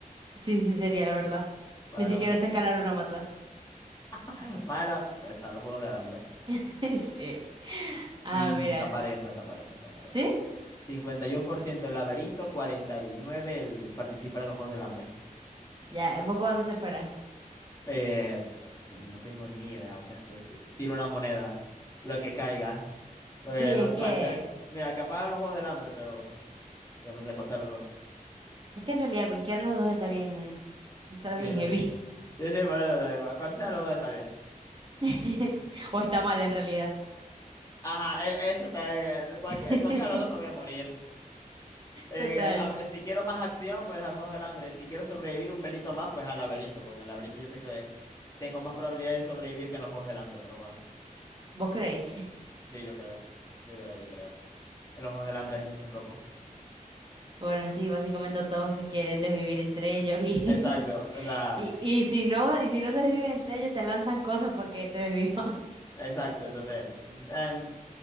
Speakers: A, on the right; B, on the left.
A: Sí, sí sería la verdad.
B: Bueno,
A: Ni siquiera sé escalar una mata.
B: <laughs> bueno, pues a los Juegos del Hambre.
A: <laughs> Sí. Ah,
B: Y
A: mira.
B: está parejo, está parejo, está parejo.
A: ¿Sí?
B: cincuenta y uno por ciento el laberinto, 49% el participar en los Juegos del Hambre.
A: Ya, vos por donde te fueras
B: Eh, pues, no tengo ni idea, ¿ochaste? Tiro una moneda, lo que caiga. Porque
A: Sí,
B: lo
A: es que,
B: cual sea- mira, capaz los Juegos del Hambre, pero, pero no sé cuál sean los dos.
A: es que en realidad cualquiera de los dos está bien, está bien
B: Sí, no.
A: heavy.
B: Sí, sí, por eso, cual cual sea los dos está bien.
A: <laughs> O está mal en realidad.
B: Ajá, e- eso está bien. En cualquier-
A: <laughs>
B: en cualquiera de los dos me voy a morir. Eh,
A: Total.
B: a- eh, si quiero más acción, pues al Juegos del Hambre. Si quiero sobrevivir un pelito más, pues al laberinto, porque en el laberinto yo sé que tengo más probabilidades de sobrevivir que en los Juegos del Hambre, pero bueno.
A: ¿Vos creéis?
B: Sí, yo creo. Yo creo, yo creo. En los Juegos del Hambre hay muchos locos.
A: Bueno, sí, básicamente todos se quieren desvivir entre ellos y,
B: Exacto, o
A: <laughs>
B: sea,
A: y, y si no, y si no se desviven entre ellos, te lanzan cosas para que te desvivan. <laughs>
B: exacto. Entonces, em,